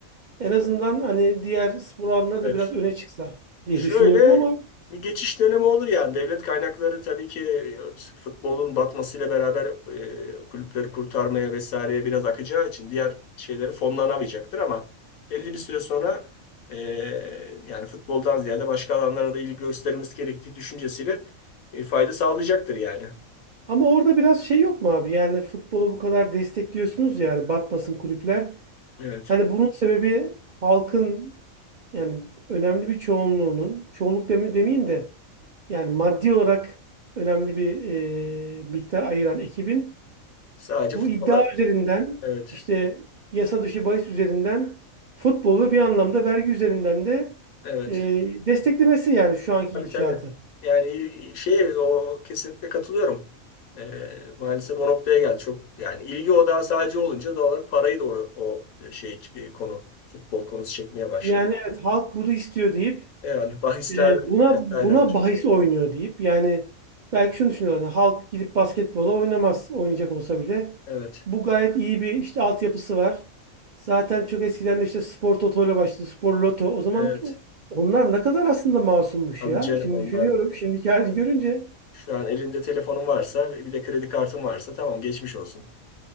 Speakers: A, on the right (about 65°); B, on the left (about 85°).
A: en azından hani diğer spor alanları
B: Evet.
A: da biraz öne çıksa diye
B: Şöyle
A: düşünüyordum ama
B: bir geçiş dönemi olur yani. Devlet kaynakları tabii ki e, futbolun batmasıyla beraber e, kulüpleri kurtarmaya vesaireye biraz akacağı için diğer şeyleri fonlanamayacaktır ama belli bir süre sonra e, yani futboldan ziyade başka alanlara da ilgi göstermemiz gerektiği düşüncesiyle e, fayda sağlayacaktır yani.
A: Ama orada biraz şey yok mu abi? Yani futbolu bu kadar destekliyorsunuz ya, yani batmasın kulüpler.
B: Evet.
A: Hani bunun sebebi halkın yani önemli bir çoğunluğunun, çoğunluk demi- demeyeyim de yani maddi olarak önemli bir e, miktar ayıran ekibin
B: Sadece
A: bu
B: futbola
A: iddia üzerinden
B: evet.
A: işte yasa dışı bahis üzerinden futbolu ve bir anlamda vergi üzerinden de
B: Evet.
A: e, desteklemesi yani şu anki
B: Tabii
A: gidişatı.
B: tabii. Yani il- şey o kesinlikle katılıyorum. Ee, maalesef o noktaya geldi. Çok yani ilgi odağı sadece olunca doğal olarak parayı da o, o şey e, konu futbol konusu çekmeye başladı.
A: Yani evet halk bunu istiyor deyip
B: E, Yani bahisler
A: e, buna
B: vesaireler.
A: buna bahis oynuyor deyip yani belki şunu düşünüyorlar. yani halk gidip basketbola oynamaz oynayacak olsa bile.
B: Evet.
A: Bu gayet iyi bir işte altyapısı var. Zaten çok eskiden de işte spor toto ile başladı. Spor loto. O zaman
B: Evet.
A: onlar ne kadar aslında masummuş
B: Abi
A: ya.
B: canım
A: Şimdi
B: onlar
A: düşünüyorum. Şimdiki halini görünce.
B: şu an elinde telefonun varsa bir de kredi kartın varsa tamam geçmiş olsun.